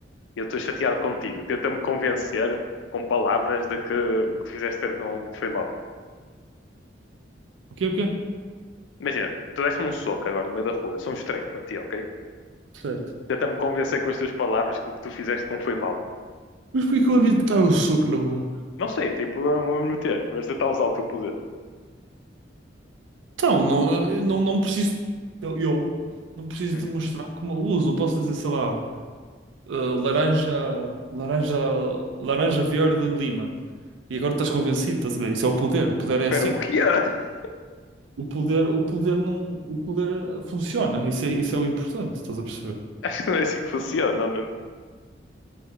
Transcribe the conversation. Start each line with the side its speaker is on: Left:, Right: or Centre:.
Left: Eu estou chateado contigo. Tenta-me convencer com palavras de que o que tu fizeste não, não foi mal.
Right: O quê, o quê?
Left: Imagina, tu deste-me um soco agora no meio da rua. Sou um estranho para ti, ok?
Right: Certo.
Left: Tenta-me convencer com as tuas palavras que o que tu fizeste não foi mal.
Right: Mas por que eu havia de dar o soco na rua?
Left: Não sei, tipo, vamos meter, mas tentar usar o teu poder.
Right: Então, não, eu não, não preciso, eu, eu não preciso
Left: Uhum.
Right: demonstrar como eu uso. Eu posso dizer, sei lá. uh, laranja, laranja, laranja verde lima. E agora estás convencido, estás a ver? Isso é o poder, o poder é
Left: Espera,
Right: assim.
Left: o que é? <laughs>
Right: O poder, o poder não, o poder funciona, isso é, isso é o importante, estás a perceber?
Left: Acho que não é assim que funciona. Não, não.